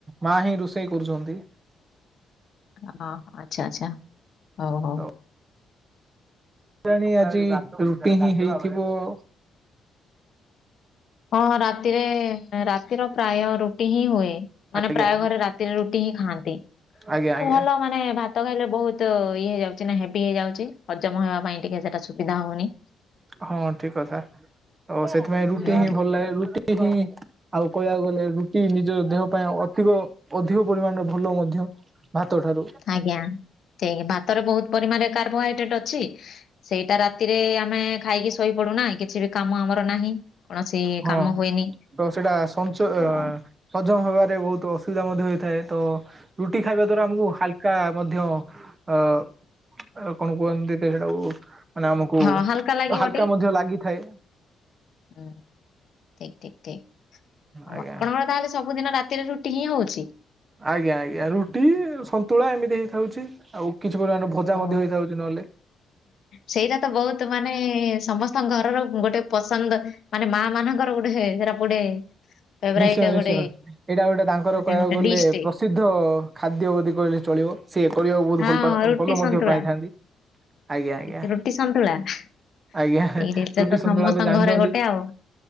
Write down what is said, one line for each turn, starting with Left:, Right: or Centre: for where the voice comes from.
Right: ମା ହିଁ ରୋଷେଇ କରୁଚନ୍ତି
Left: ହଁ ଆଚ୍ଛା ଆଚ୍ଛା ହଉ ହଉ
Right: ତ କେଜାଣି ଆଜି ରୁଟି ହିଁ ହେଇଥିବ ଆଉ
Left: ହଁ ରାତିରେ ରାତିର ପ୍ରାୟ ରୁଟି ହିଁ ହୁଏ
Right: ଆଜ୍ଞା
Left: ମାନେ ପ୍ରାୟ ଘରେ ରାତିରେ ରୁଟି ହିଁ ଖାଆନ୍ତି ଆଉ
Right: ଆଜ୍ଞା ଆଜ୍ଞା
Left: ଭଲ ମାନେ ମାନେ ଭାତ ଖାଇଲେ ବହୁତ ଇଏ ହେଇଯାଉଛି ନା ହେଭି ହେଇଯାଉଛି ହଜମ ହେବା ପାଇଁ ଟିକେ ସେଟା ସୁବିଧା ହଉନି
Right: ହଁ ଠିକ୍ କଥା ଆଉ ସେଥିପାଇଁ ରୁଟି
Left: ହୁଁ
Right: ହିଁ ଭଲ ଲାଗେ ରୁଟି ହିଁ ଆଉ କହିବାକୁ ଗଲେ ରୁଟି ନିଜ ଦେହ ପାଇଁ ଅଧିକ ଅଧିକ ପରିମାଣରେ ଭଲ ମଧ୍ୟ ଭାତଠାରୁ
Left: ଆଜ୍ଞା ଠିକ୍ ଭାତରେ ବହୁତ ପରିମାଣରେ କାର୍ବୋହାଇଡ୍ରେଟ ଅଛି ସେଇଟା ରାତିରେ ଆମେ ଖାଇକି ଶୋଇପଡୁନା କିଛି ବି କାମ ଆମର ନାହିଁ କୌଣସି
Right: ହଁ
Left: କାମ ହୁଏନି
Right: ତ ସେଇଟା ସଞ୍ଚ
Left: ହଁ
Right: ଅ ହଜମ ହବାରେ ବହୁତ ଅସୁବିଧା ମଧ୍ୟ ହୋଇଥାଏ ତ ରୁଟି ଖାଇବା ଦ୍ଵାରା ଆମକୁ ହାଲ ହାଲ୍କା ମଧ୍ୟ ଅ କଣ କୁହନ୍ତି ତ ସେଟାକୁ ମାନେ, ଆମକୁ
Left: ହଁ ହାଲକା ଲାଗିବ
Right: ହାଲ୍କା ମଧ୍ୟ ଲାଗିଥାଏ।
Left: ଠିକ୍, ଠିକ୍, ଠିକ୍। ଅ, ଆପଣଙ୍କର
Right: ଆଜ୍ଞା
Left: ତାହେଲେ ସବୁଦିନ ରାତିରେ ରୁଟି ହିଁ ହଉଛି।
Right: ଆଜ୍ଞା, ଆଜ୍ଞା, ରୁଟି, ସନ୍ତୁଳା ଏମିତି ହେଇଥାଉଛି। ଆଉ କିଛି ପରିମାଣର ଭଜା
Left: ଓ
Right: ମଧ୍ୟ ହେଇଥାଉଛି, ନହେଲେ।
Left: ସେଇଟା ବହୁତ ତ ମାନେ, ସମସ୍ତଙ୍କ ଘରର ଗୋଟେ ପସନ୍ଦ, ମାନେ ମା ମାନଙ୍କର ଗୋଟେ ସେଟା, ଗୋଟେ ଫେଭରାଇଟ୍
Right: ନିଶ୍ଚୟ
Left: ଗୋଟେ
Right: ନିଶ୍ଚୟ ଏଇଟା ଗୋଟେ ତାଙ୍କର
Left: ମାନେ
Right: କହିବାକୁ
Left: ଗୋଟେ
Right: ଗଲେ,
Left: ଡିସ୍ ଟେ
Right: ପ୍ରସିଦ୍ଧ ଖାଦ୍ୟ ବୋଲି କହିଲେ ଚଳିବ। ସିଏ କରିବାକୁ ବହୁତ
Left: ହଁ
Right: ଭଲ ପା
Left: ରୁଟି
Right: ଭଲ
Left: ସନ୍ତୁଳା
Right: ମଧ୍ୟ ପାଇଥାନ୍ତି। ଆଜ୍ଞା ଆଜ୍ଞା
Left: ରୁଟି, ସନ୍ତୁଳା। ଏଇ
Right: ଆଜ୍ଞା
Left: ଜିସ
Right: ରୁଟି
Left: ତ
Right: ସନ୍ତୁଳା
Left: ସମସ୍ତ
Right: ଜାଣିଛନ୍ତି
Left: ଘରେ ଗୋଟେ ଆଉ।